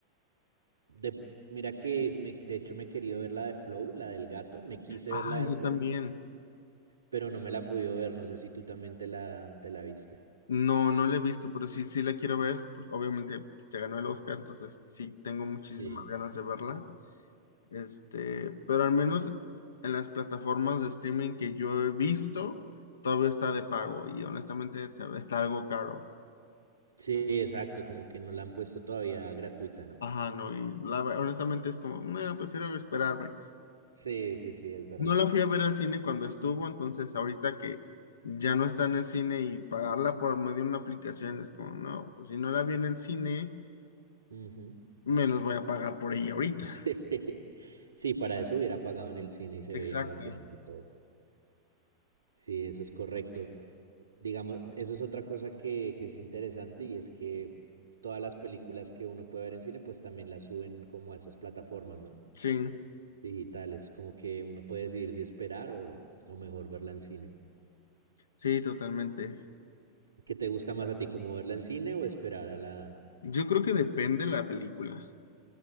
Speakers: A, on the right; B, on the left.
A: De, mira que me- de hecho me he querido ver la de Flow, la del gato. Me quise
B: Ah,
A: ver la de
B: yo
A: Flow,
B: también.
A: pero no me la he podido ver. No sé si tú también te la, te la viste.
B: No, no la he visto, pero sí, sí la quiero ver. Pues obviamente se ganó el Oscar, entonces sí tengo muchísimas
A: Sí.
B: ganas de verla. Este, pero al menos en las plataformas de streaming que yo he visto, todavía está de pago y honestamente se- está algo caro.
A: Sí, exacto, como que no la han puesto todavía gratuita, ¿no?
B: Ajá, no, y la, ve- honestamente es como, no, prefiero esperarme.
A: Sí, sí, sí, es verdad.
B: No la fui a ver al cine cuando estuvo, entonces ahorita que ya no está en el cine y pagarla por medio de una aplicación es como, no, pues si no la vi en el cine,
A: Ujú.
B: menos voy a pagar por ella ahorita.
A: <laughs> Sí. Sí, para eso hubiera pagado en el cine y se
B: Exacto.
A: veía más grande y todo. Sí, eso es correcto. Digamos, eso es otra cosa que, que es interesante y es que todas las películas que uno puede ver en cine, pues también las suben como a esas plataformas, ¿no?
B: Sí,
A: digitales, como que uno puede decidir si esperar o, o mejor verla en cine.
B: sí, totalmente.
A: ¿Qué te gusta más a ti, como verla en cine o esperar a la...
B: Yo creo que depende la película.